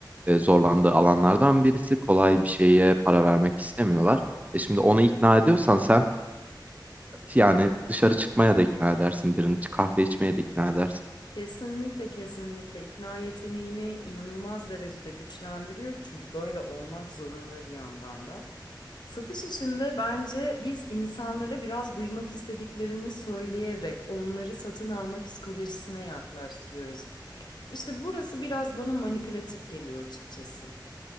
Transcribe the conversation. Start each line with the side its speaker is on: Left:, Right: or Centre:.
Right: e, zorlandığı alanlardan birisi. Kolay bir şeye para vermek istemiyorlar. E şimdi onu ikna ediyorsan sen yani dışarı çıkmaya da ikna edersin birini, kahve içmeye de ikna edersin.
Left: Kesinlikle kesinlikle ikna yeteneğini inanılmaz derecede güçlendiriyor. Çünkü böyle olmak zorunda bir yandan da. Satış işinde bence biz insanlara biraz duymak istediklerini söyleyerek onları satın alma psikolojisine yaklaştırıyoruz. İşte burası biraz bana manipülatif geliyor açıkçası.